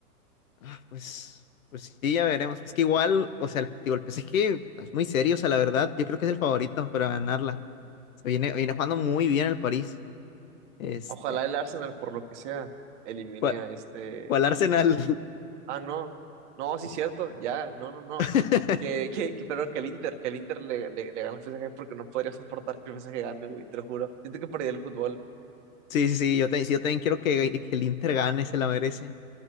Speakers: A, on the left; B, on the right.
A: Ah, pues, pues sí, ya veremos. Es que igual, o sea, el, digo, el PSG es muy serio, o sea, la verdad, yo creo que es el favorito para ganarla. O sea, viene, viene jugando muy bien el París. Este,
B: Ojalá el Arsenal, por lo que sea, elimine
A: ¿cuál,
B: a este
A: cuál Arsenal?
B: Ah, no. No, sí, cierto. Ya, no, no, no.
A: <laughs>
B: Que, que, que- perdón, que el Inter, que el Inter le, le, le gana al PSG porque no podría soportar que el PSG gane, güey, te lo juro. Siento que perdí el fútbol.
A: Sí, sí, sí, yo, también- sí, yo también quiero que, que el Inter gane, se la merece.